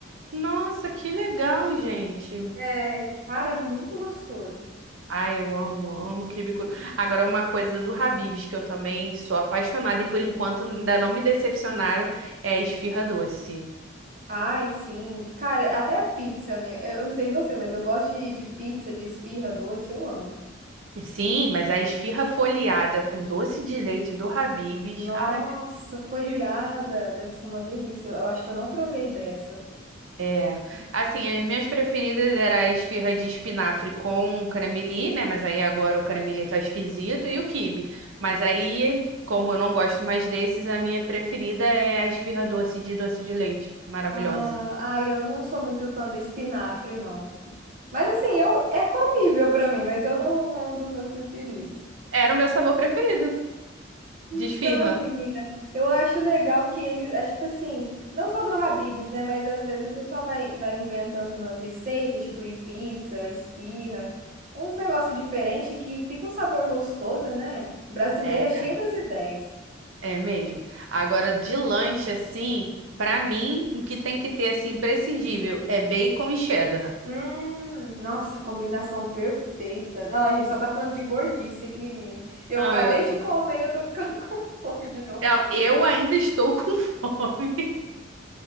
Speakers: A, on the right; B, on the right.
A: Nossa, que legal, gente.
B: É, cara, é muito gostoso.
A: Ai, eu amo, amo quibe cru. Agora, uma coisa do Habib's que eu também sou apaixonada e por enquanto ainda não me decepcionaram é a esfirra doce.
B: Ai, sim. Cara, até a pizza, né? É, Eu não sei você, mas eu gosto de, de pizza, de esfirra, doce, eu amo.
A: Sim, mas a esfirra folheada com doce de leite do Habib's.
B: Nossa,
A: Ai,
B: folheada,
A: meu Deus.
B: deve ser uma delícia. Eu, acho que eu não provei dessa.
A: É. Assim, as minhas preferidas era a esfirra de espinafre com caramelie, né? Mas aí agora o caramelie tá esquisito e o quibe. Mas aí, como eu não gosto mais desses, a minha preferida é a esfirra doce de doce de leite. Maravilhosa.
B: Ah, ai, eu não sou muito fã do espinafre, não. Mas assim, eu, é comível pra mim, mas eu não, não é um dos meus preferidos.
A: Era o meu sabor preferido
B: Então,
A: de esfirra.
B: menina, eu acho legal que eles, acho tipo assim, não só do Habib's, né? Mas às vezes o pessoal vai, vai inventando umas receitas, tipo de pizza, esfirra, uns negócios diferentes que fica um sabor gostoso, né? Brasileira
A: É,
B: é cheia das ideias.
A: é mesmo. Agora, de lanche, assim, pra mim, o que tem que ter, assim, imprescindível é bacon e cheddar.
B: Hum, nossa, combinação perfeita. Não, a gente só tá falando de gordice aqui, menina. Eu
A: Não,
B: acabei
A: eu tô...
B: de comer e eu tô ficando <laughs> com fome de novo.
A: Eu eu ainda estou com <laughs> fome.